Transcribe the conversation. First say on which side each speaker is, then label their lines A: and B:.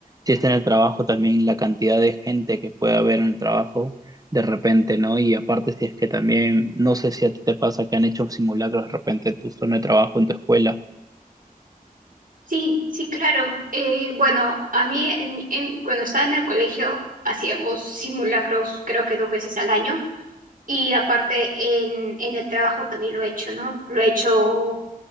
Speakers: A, on the right; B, on the right.
A: Si estás en el trabajo, también la cantidad de gente que puede haber en el trabajo de repente, ¿no? Y aparte, si es que también, no sé si a ti te pasa que han hecho simulacros de repente en tu zona de trabajo, en tu escuela.
B: Sí, sí, claro. Eh, bueno, a mí en mi- en- cuando estaba en el colegio hacíamos simulacros creo que dos veces al año y aparte en, en el trabajo también lo he hecho, ¿no? Lo he hecho